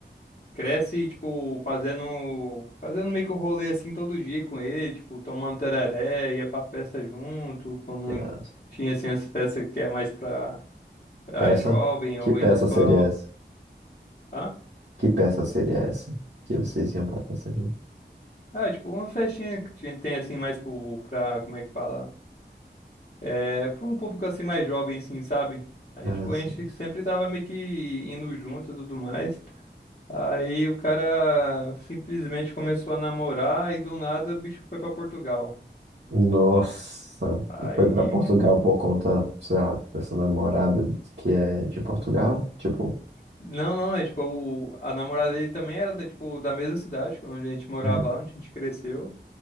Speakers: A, on the left; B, on the right.
A: cresce, tipo, fazendo, fazendo meio que o rolê, assim, todo dia com ele, tipo, tomando tereré, ia pra festa junto, quando
B: E lá,
A: tinha, assim, essa festa que é mais pra, pra
B: Peça?
A: jovem,
B: Que
A: ou
B: peça
A: a gente só,
B: seria essa?
A: hã?
B: Que peça seria essa que vocês iam para fazer junto?
A: Ah, tipo, uma festinha que tinha- tem, assim, mais pro, pra, como é que fala? É, pra um público, assim, mais jovem, assim, sabe? Aí,
B: Ah,
A: tipo,
B: sim.
A: a gente sempre tava meio que indo junto e tudo mais. Aí o cara simplesmente começou a namorar e do nada o bicho foi pra Portugal.
B: Nossa,
A: Aí,
B: e foi para Portugal
A: tipo,
B: por conta, sei lá, dessa namorada que é de Portugal? Tipo,
A: não, não, é tipo, o, a namorada dele também era da, tipo, da mesma cidade onde a gente morava
B: é,
A: lá, onde a gente cresceu.